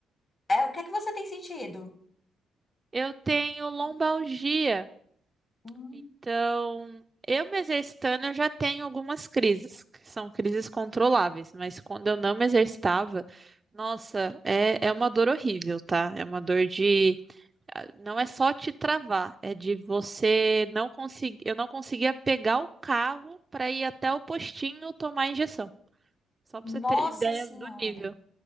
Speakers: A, on the left; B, on the right.
A: é, o que é que você tem sentido?
B: Eu tenho lombalgia.
A: Hum,
B: Então, eu me exercitando, eu já tenho algumas crises, que são crises controláveis, mas quando eu não me exercitava, nossa, é, é uma dor horrível, tá? É uma dor de. ah, Não é só te travar, é de você não conseguir. Eu não conseguia pegar o carro para ir até o postinho tomar a injeção. Só pra
A: nossa
B: você ter ideia
A: senhora.
B: do nível.